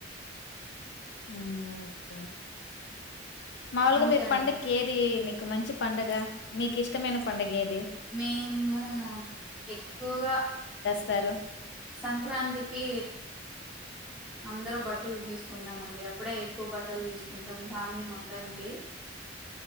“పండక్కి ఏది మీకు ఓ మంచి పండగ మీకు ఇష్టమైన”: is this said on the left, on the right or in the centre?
Left